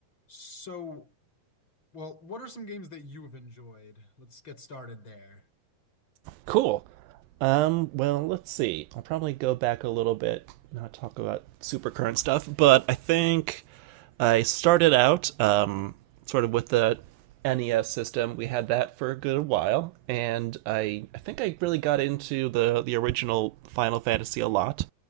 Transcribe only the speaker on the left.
So, well, what are some games that you've enjoyed? Let's get started there.